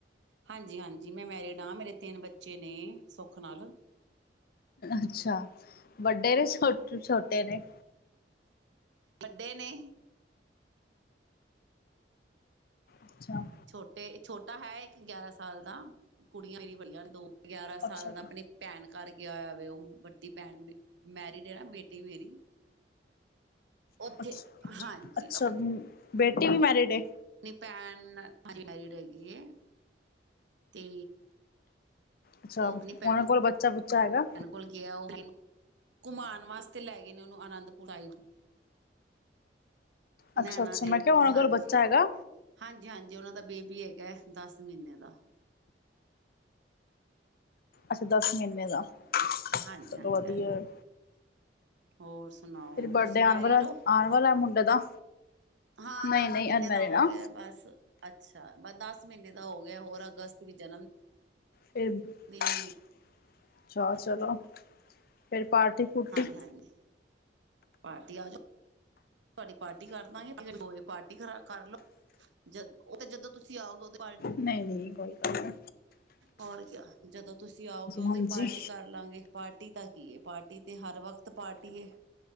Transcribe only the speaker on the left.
ਅੱਛਾ ਵੱਡੇ ਨੇ ਛੋਟ ਛੋਟੇ ਨੇ?
ਅੱਛਾ
ਅੱਛਾ
ਅੱਛਾ,
ਅੱਛਾ ਬੇਟੀ ਵੀ ਮੈਰਿਡ ਏ?
ਅੱਛਾ
ਉਹਨਾਂ
ਕੋਲ ਬੱਚਾ ਬੁੱਚਾ ਹੈਗਾ
ਅੱਛਾ
ਅੱਛਾ
ਮੈਂ ਕਿਹਾ ਉਹਨਾਂ ਕੋਲ
ਬੱਚਾ ਹੈਗਾ
ਅੱਛਾ ਦਸ ਮਹੀਨੇ ਦਾ।
ਚਲੋ
ਵਧੀਆ
ਏ।
ਫਿਰ ਬਰਡੇ
ਆਉਣ
ਵਾਲਾ
ਆਉਣ ਵਾਲਾ ਮੁੰਡੇ ਦਾ
ਨਹੀਂ
ਨਹੀਂ
ਅਨਮੈਰਿਡ
ਆ
ਫ <unintelligible>
ਅੱਛਾ
ਚਲੋ ਫਿਰ ਫ ਪਾਰਟੀ ਪੁਰਟੀ
ਨਹੀ-ਨਹੀ ਕੋਈ ਗੱਲ ਨੀ।
ਹਾਂਜੀ